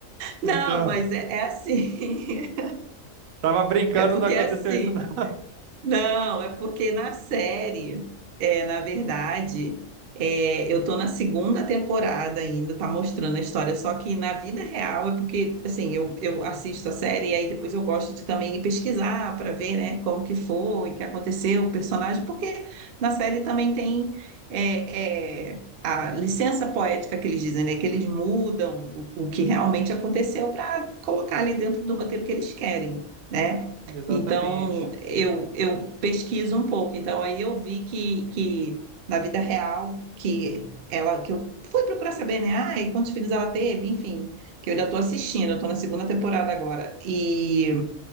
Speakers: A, on the right; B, on the right.
A: Não,
B: Então,
A: mas é é assim. <laughs>
B: tava brincando,
A: É porque
B: não aconteceu
A: é assim.
B: isso, não.
A: Não, é porque na série, é, na verdade, é, eu tô na segunda temporada ainda, tá mostrando a história, só que na vida real é porque, assim, eu, eu assisto a série e aí depois eu gosto de também pesquisar para ver, né, como que foi, o que aconteceu, o personagem, porque na série também tem é, é, a licença poética que eles dizem, né, que eles mudam o, o que realmente aconteceu para colocar ali dentro do roteiro que eles querem, né?
B: <laughs> Exatamente.
A: Então, eu, eu pesquiso um pouco. Então, aí eu vi que, que na vida real, que ela, que eu fui procurar saber, né? Ah, e quantos filhos ela teve? Enfim, que eu ainda estou assistindo, eu estou na segunda temporada agora. E